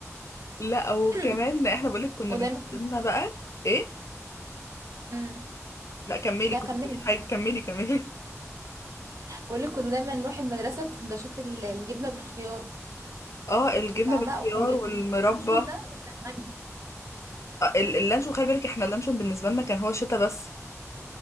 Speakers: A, on the left; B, on the right.
A: لا وكمان
B: <laughs>
A: احنا بقولك كنا
B: ودايما
A: بالنسبه لنا بقى ايه
B: مم.
A: لا كملي
B: لا
A: كنت
B: كملي
A: بتقولي حاجه كملي كملي
B: بقول لك كنا دايما نروح المدرسة بسندوتشات ال- الجبنة بالخيار
A: <laughs> اه الجبنه
B: فاهمة
A: بالخيار
B: واللي
A: والمربى
B: كان يجيب لانشون
A: آه
B: ده كان غني
A: ال- اللانشون خلي بالك احنا اللانشون بالنسبه لنا كان هو الشتا بس